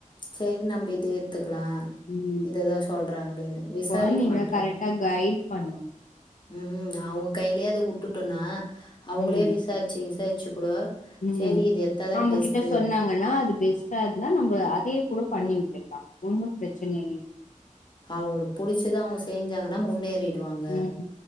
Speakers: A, on the left (about 35°); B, on the left (about 65°).
A: சரி நம்ம இத ஏட்த்துக்கலா
B: ம்
A: இததா சொல்றாங்களேன்னு விசாரிக்க
B: கொழந்தைங்கள
A: மாட்
B: கரெக்டா கைட் பண்ணு
A: ம் ம் அவுங்க கைய்லியே அத வுட்டுட்டோன்னா அவங்ளே
B: ம்
A: விச சாரிச்சு விசாரிச்சு கூட சேரி
B: ம்
A: இது எத்தாதா
B: நம்ம
A: பெஸ்ட்டு
B: கிட்ட சொன்னாங்கன்னா அது பெஸ்ட்டா இருந்தா நம்ம அதே கூட பண்ணி
A: ம்
B: விட்டுலா ஒன்னு பிரச்சன இல்லையே
A: அவுங்ளுக்கு புடிச்சதா அவுங்க செஞ்சாங்கன்னா முன்னேறிடுவாங்க
B: ம்